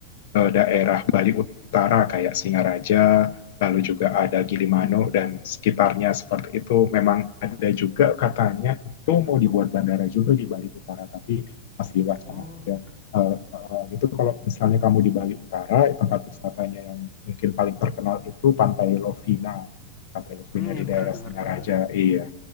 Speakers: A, on the left; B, on the left.
A: eh, daerah Bali Utara kayak Singaraja, lalu juga ada Gilimanuk dan sekitarnya seperti itu. Memang ada juga katanya itu mau dibuat bandara juga di Bali Utara, tapi masih wacana
B: Oh,
A: ada. Uh, uh, itu kalau misalnya kamu di Bali Utara, tempat wisatanya yang mungkin paling terkenal itu Pantai Lovina. Pantai Lovina
B: hmm,
A: di
B: ya
A: daerah
B: pernah dengar
A: Singaraja,
B: pernah dengar tuh.
A: iya.